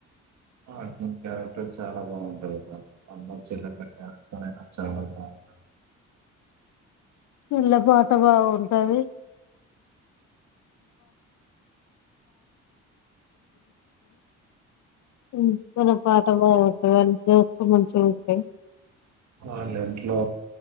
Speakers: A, on the right; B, on the left.
A: ఆ ఇన్ క్యారక్టర్ చాలా బాగుంటది గవచు, అమ్మా చెల్లమ్మ క్యారెక్టర్ అయిన చాలా బాగుంటది.
B: చెల్లె పాట బాగుంటది, వుంచుకునే పాట బాగుంటది ఆని జోక్స్ మంచి గుంటయ్.
A: వాళ్ళ ఇంట్లో